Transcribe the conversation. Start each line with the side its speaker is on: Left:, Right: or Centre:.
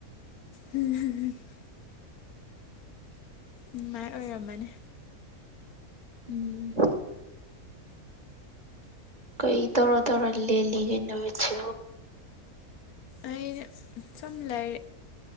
Left: ꯎꯝ ꯍꯝꯝ <unintelligible> ꯅꯨꯡꯉꯥꯏ ꯑꯣꯏꯔꯝꯃꯅꯤ
Right: ꯎꯝ ꯀꯩ ꯇꯧꯔ ꯇꯧꯔ ꯂꯦꯜꯂꯤꯒꯩꯅꯣꯕꯕꯁꯤ
Left: ꯑꯩ ꯁꯨꯝ ꯂꯩꯔꯦ